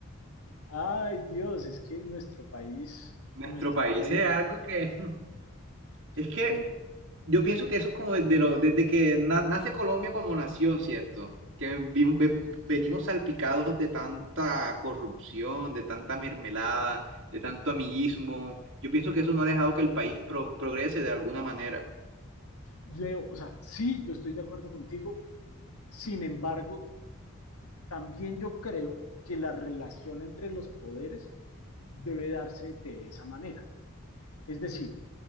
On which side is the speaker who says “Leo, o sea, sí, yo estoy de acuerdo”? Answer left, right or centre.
Left